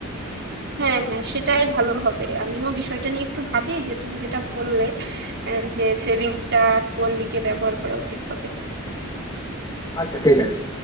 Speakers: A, on the right (about 50°); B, on the left (about 15°).
A: হ্যাঁ হ্যাঁ সেটাই ভালো হবে আমিও বিষয়টা নিয়ে একটু ভাবি যে তুমি যেটা বললে আহ, যে সেভিংসটা কোন দিকে ব্যবহার করা উচিত হবে
B: আচ্ছা ঠিক আছে